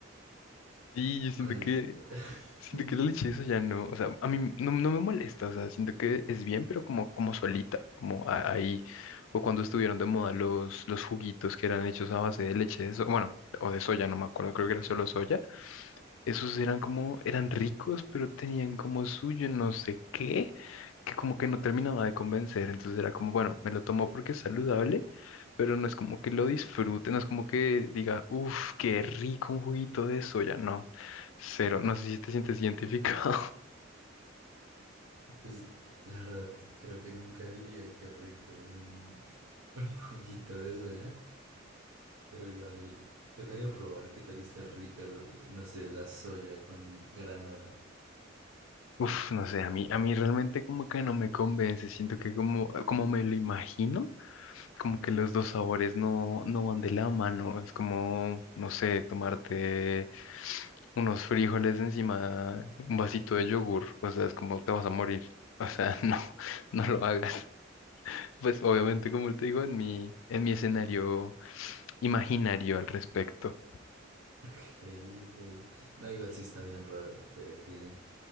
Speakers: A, on the left; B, on the right.
A: Sí, yo siento
B: Con-
A: que,
B: <laughs>
A: siento que la leche eso ya no, o sea, a mí no, no me molesta, o sea, siento que es bien, pero como, como solita, como a- ahí, o cuando estuvieron de moda los, los juguitos que eran hechos a base de leche de soya, bueno, o de soya, no me acuerdo, creo que era solo soya esos eran como, eran ricos, pero tenían como suyo no sé qué, que como que no terminaba de convencer. Entonces era como, bueno, me lo tomo porque es saludable, pero no es como que lo disfrute, no es como que diga, uff, qué rico un juguito de soya. No, cero, no sé si te sientes identificado. <laughs>
B: Pues, la verdad, creo que nunca diría que rico un, <laughs> un juguito de soya, pero igual tocaría probar qué tal está rica, el- no sé, la soya con granola.
A: Uf, no sé, a mí, a mí realmente como que no me convence, siento que como, como me lo imagino. como que los dos sabores no, no van de la mano. Es como, no sé, tomarte unos frijoles encima, un vasito de yogur. O sea, es como te vas a morir. O sea, <laughs> no, no lo hagas. Pues obviamente, como te digo, en mi, en mi escenario imaginario al respecto.
B: Ok, ok. No, igual sí está bien raro, puede que...